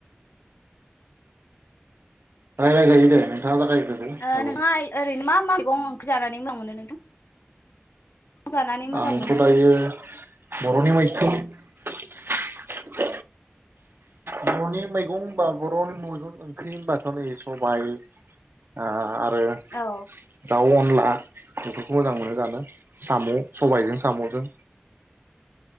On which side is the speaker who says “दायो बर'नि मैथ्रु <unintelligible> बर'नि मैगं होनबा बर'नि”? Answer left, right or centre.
Right